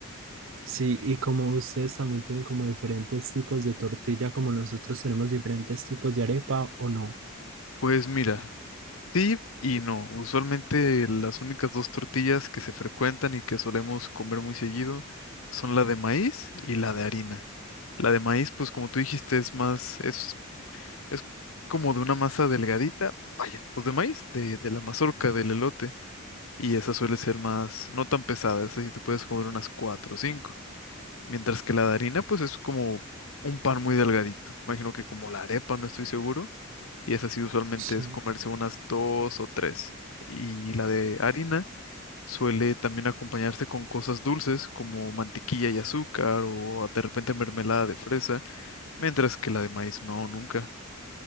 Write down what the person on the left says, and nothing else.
Pues mira, sí y no. Usualmente las únicas dos tortillas que se frecuentan y que solemos comer muy seguido son la de maíz y la de harina. La de maíz, pues como tú dijiste, es más, es Es como de una masa delgadita, vaya, pues de maíz, de, de la mazorca, del elote. Y esa suele ser más, no tan pesada, esa sí te puedes comer unas cuatro o cinco. Mientras que la de harina, pues es como un pan muy delgadito. Imagino que como la arepa, no estoy seguro. Y esa sí usualmente
es comerse unas dos o tres. Y la de harina suele también acompañarse con cosas dulces como mantequilla y azúcar o de repente mermelada de fresa, mientras que la de maíz no, nunca.